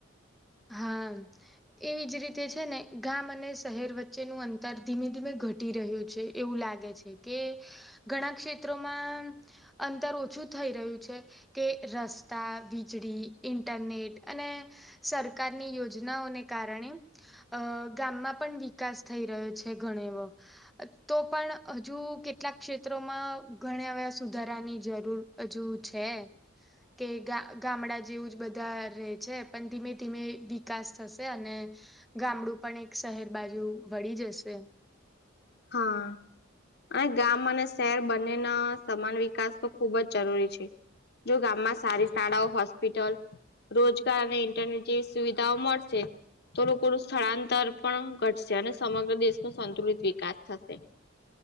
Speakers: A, in the centre; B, on the left.
A: હા એવી જ રીતે છે ને ગામ અને શહેર વચ્ચેનું અંતર ધીમે ધીમે ઘટી રહ્યું છે. એવું લાગે છે કે ઘણા શેત્રોમાં અંતર ઓછું થઈ રહ્યું છે. કે રસ્તા વીજળી ઇન્ટરનેટ અને સરકારની યોજનાઓને કારણે અ ગામમાં પણ વિકાસ થઈ રહ્યો છે ઘણો એવો તો પણ હજુ કેટલાક ક્ષેત્રોમાં ઘણા ય સુધારાની જરૂર છે. હજુ છે કે ગામડા જેવું જ બધા રહે છે પણ ધીમે ધીમે વિકાસ થશે અને ગામડું પણ એક શહેર બાજુ વળી જશે
B: હા. અને ગામ અને શહેર બંનેના સમાન વિકાસ તો ખુબ જ જરૂરી છે. જો ગામમાં સારી શાળાઓ હોસ્પિટલ રોજગાર અને ઈન્ટરનેટ જેવી સુવિધાઓ મળશે તો લોકોનું સ્થળાંતર પણ ઘટશે અને સમગ્ર દેશનો સંતુલિત વિકાસ થશે